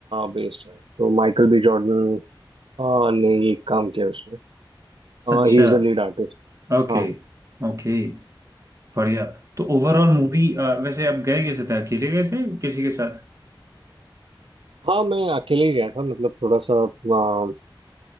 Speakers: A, on the right (about 85°); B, on the right (about 35°).
A: बेस्ड है तो माइकल बी जॉर्डन ने ये काम किया उसने
B: अच्छा
A: हाँ he is the lead artist
B: ओके
A: हाँ
B: ओके बढ़िया तो ओवरऑल मूवी वैसे आप गए कैसे थे अकेले गए थे किसी के साथ
A: हाँ मैं अकेले ही गया था मतलब थोड़ा सा अ,